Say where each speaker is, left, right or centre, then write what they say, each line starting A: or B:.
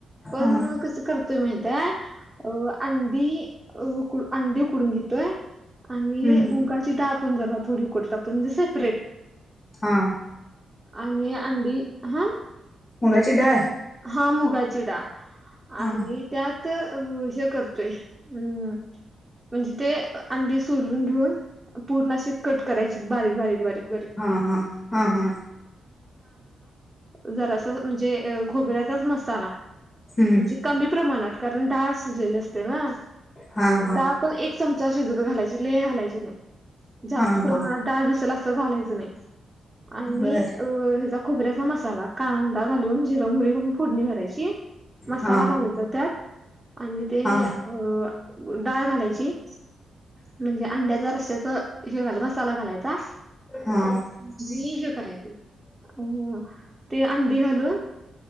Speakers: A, on the right (about 20°); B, on the left (about 30°).
A: पण
B: हा
A: कसं करतोय माहिताय अ अंडी अ उकड अंडी उकडून घेतोय. आणि
B: हम्म
A: मुगाची डाळपण जरा थोडी उकडत टाकतोय, म्हणजे सेपरेट.
B: हां.
A: आणि अंडी हा
B: मुगाची डाळ?
A: हा मुगाची डाळ
B: हा
A: आणि त्यात हे कर फ्रेश अं म्हणजे ते अंडी सोलून घेऊन पूर्ण अशी कट करायची, बारीक बारीक बारीक बारीक.
B: हा हा हा हा.
A: जरासं म्हणजे खोबऱ्याचाच मसाला.
B: हम्म
A: म्हणजे कमी प्रमाणात कारण डाळ शिजलेली असते ना.
B: हा हा
A: डाळ पण एक चमचा शिजत घालायची लई घालायची नाही. जास्त
B: हा
A: प्रमाणात
B: हा
A: डाळ दिसलं असं घालायचं नाही. आणि
B: बर
A: अ हवेचा खोबऱ्याचा मसाला कांदा घालून जिऱ मोहरी घालून फोडणी भरायची, मसाला
B: हा
A: भाजायचा त्यात आणि ते
B: हा
A: अ डाळ घालायची. म्हणजे अंड्याच्या रस्स्याचं हे घाल मसाला घालायचा.
B: हा
A: णि हे करायचं अं ते अंडी घालून